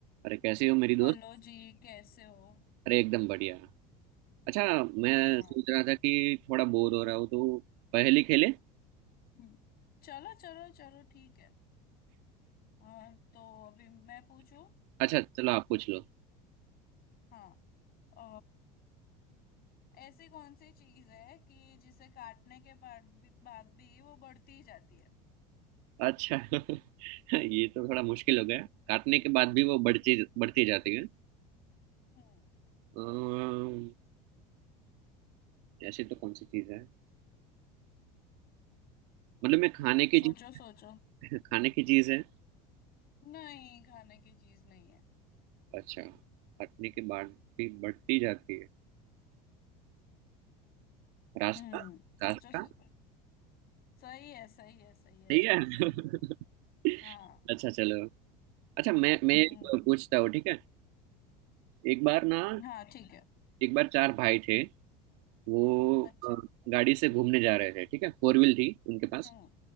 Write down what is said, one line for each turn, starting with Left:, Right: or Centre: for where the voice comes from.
Right: अरे कैसी हो मेरी दोस्त
Left: Hello जी कैसे हो
Right: अरे एकदम बढ़िया अच्छा मैं
Left: हाँ
Right: सोच रहा था कि थोड़ा बोर हो रहा हूँ तो पहेली खेले <laughs>
Left: हम्म, चलो चलो चलो ठीक है अ, तो अभी मैं पूछूं
Right: अच्छा चलो आप पूछ लो
Left: हाँ अ, ऐसी कौन सी चीज है कि जिसे काटने के बाद भी बाद भी वो बढ़ती ही जाती है
Right: अच्छा <laughs> ये तो थोड़ा मुश्किल हो गया काटने के बाद भी वो बढ़ती बढ़ती जाती है
Left: हम्म
Right: अम्म, ऐसी तो कौन सी चीज है मतलब मैं खाने की
Left: सोचो
Right: चीज
Left: सोचो
Right: <laughs> खाने की चीज है
Left: नहीं खाने की चीज नहीं है
Right: अच्छा काटने के बाद भी बढ़ती जाती है रास्ता
Left: हम्म
Right: रास्ता
Left: सोचो सोचो सही है सही है सही है
Right: सही
Left: चलो
Right: है <laughs>
Left: सही है हाँ
Right: अच्छा चलो अच्छा मैं
Left: हम्म
Right: मैं एक
Left: हम्म।
Right: पूछता हूँ ठीक है एक बार ना
Left: हाँ ठीक है
Right: एक बार चार भाई थे वो
Left: अच्छा
Right: अ, गाड़ी से घूमने जा रहे थे ठीक है फोर व्हील थी उनके पास
Left: हम्म